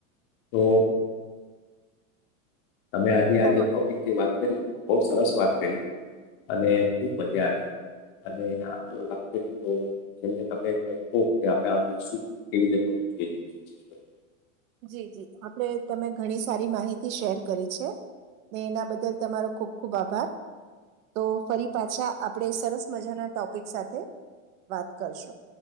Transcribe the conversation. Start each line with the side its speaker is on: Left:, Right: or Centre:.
Left: તો તમે આજે આજ
Right: તમ
Left: ટોપિક જે વાત કરી બો સરસ વાત અને ખૂબ મજા આવી અને આગળ વાત કરી તો છેલ્લે તમે કહો કે આમાં શું કેવી રીતે કરવું જોઈએ એ સિસ્ટમ
Right: જી જી આપણે તમે ઘણી સારી માહિતી શેર કરી છે ને એના બદલ તમારો ખૂબ ખૂબ આભાર તો ફરી પાછા આપણે સરસ મજાના ટોપિક સાથે વાત કરશું.